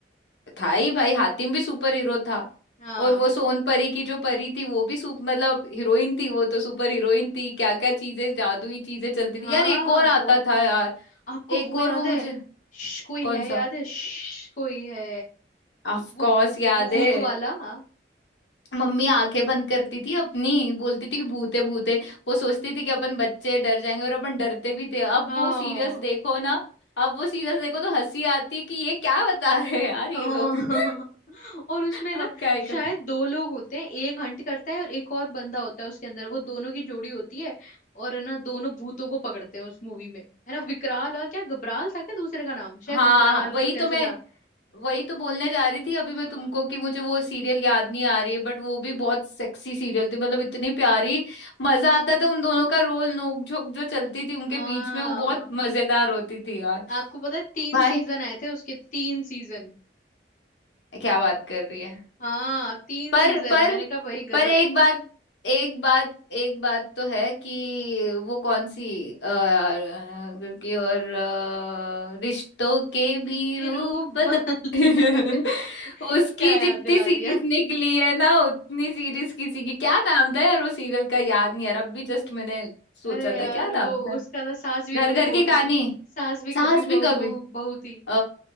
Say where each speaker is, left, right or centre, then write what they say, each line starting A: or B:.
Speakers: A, on the left; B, on the left.
A: था ही भाई हातिम भी सुपर हीरो था
B: हाँ
A: और वो सोन परी की जो परी थी वो भी सुप मतलब हीरोइन थी वो तो सुपर हीरोइन थी क्या क्या चीजें जादुई चीजें चलती
B: हाँ
A: थी यार एक और आता
B: बहुत
A: था यार
B: आपको वो
A: एक और
B: याद
A: वो
B: है
A: मुझे
B: श, कोई
A: कौन
B: है
A: सा
B: याद है श, कोई है
A: ऑफ
B: वो
A: कोर्स याद
B: भूत
A: है
B: वाला हम्म
A: मम्मी आंखें बंद करती थी अपनी बोलती थी कि भूते भूते वो सोचती थी कि अपन बच्चे डर जाएंगे और अपन डरते भी थे अब
B: हाँ
A: वो सीरियस देखो ना अब वो सीरियस देखो तो हंसी आती है कि ये क्या बता रहे हैं यार
B: हाँ।
A: ये लोग <laughs>
B: <laughs> और उसमें
A: अब
B: ना
A: क्या है
B: शायद
A: कर...
B: दो लोग होते हैं एक हंट करता है और एक और बंदा होता है उसके अंदर वो दोनों की जोड़ी होती है और है ना दोनों भूतों को पकड़ते हैं उस मूवी में है ना विकराल और क्या गबराल था क्या दूसरे का नाम शायद
A: हाँ हाँ,
B: विकराल
A: हाँ, वही
B: कुछ
A: तो
B: ऐसे
A: मैं
B: था
A: वही तो बोलने जा रही थी अभी मैं
B: हाँ
A: तुमको कि मुझे वो सीरियल याद नहीं आ रही है बट वो भी बहुत सेक्सी सीरियल थी मतलब इतनी प्यारी मजा आता था उन दोनों का रोल नोक झोंक जो चलती थी उनके
B: हाँ
A: बीच में वो बहुत मजेदार होती थी यार
B: आपको पता है तीन
A: भाई
B: सीजन आए थे उसके तीन सीजन
A: क्या बात कर रही है
B: हाँ तीन
A: पर
B: सीजन
A: पर
B: मैंने कहा भाई गजब
A: पर एक बात एक बात एक बात तो है कि वो कौन सी अ, यार अ, क्योंकि और अ, रिश्तों के भी
B: ये
A: रूप
B: रूप <laughs>
A: बदल
B: बदलते
A: <laughs>
B: हैं अरे यार
A: उसकी
B: क्या याद
A: जितनी
B: दिला
A: सीरीज
B: दिया
A: निकली है ना उतनी सीरीज किसी की क्या नाम था यार वो सीरियल का याद नहीं यार अब भी जस्ट मैंने सोचा
B: अरे यार
A: था क्या नाम
B: वो
A: था
B: उसका था सास भी
A: घर
B: बहू
A: घर
B: बहू
A: की कहानी
B: थी सास भी
A: सास
B: कभी बहू
A: भी कभी
B: बहू बहू थी
A: ओ